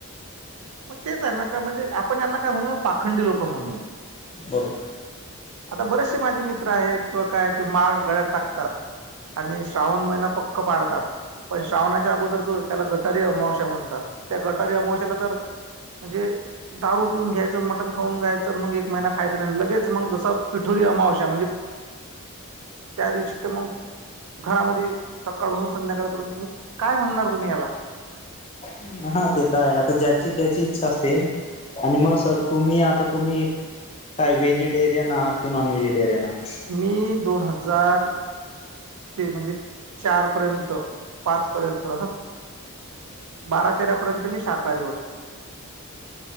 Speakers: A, on the right; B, on the left.
A: म्हणजे आपण यांना काय म्हणूया पाखंडी लोक म्हणूया
B: बरं
A: आता बरेचसे माझे मित्र आहेत. ते माळ गळ्यात घालतात. आणि श्रावण महिनाश्रावणाच्या अगोदर जो त्याला गटार अमावस्या म्हणतात. गटारी अमावस्याला तर म्हणजे दारू पिऊन घ्यायचं मटण खाऊन घायचं मग एक महिना खायचं नाही लगेच मग जस पिठोली <unintelligible> या अमावस्येच्या दिवशी पोळा असतो. घरामध्ये सकाळ बासून संध्याकाळपर्यंत म काय म्हणणार तुम्ही याला बैल पोळा
B: ज्याची त्याची इच्छा असते. आणि मग सर तुम्ही आता तुम्ही काय व्हेजिटेरियन आहात की नॉन व्हेजिटेरियन आहात <unintelligible>
A: मी दोन हजार दोन हजार ते चार-पाच पर्यंत. राधा तेरा पर्यंत मी शाकाहारी होते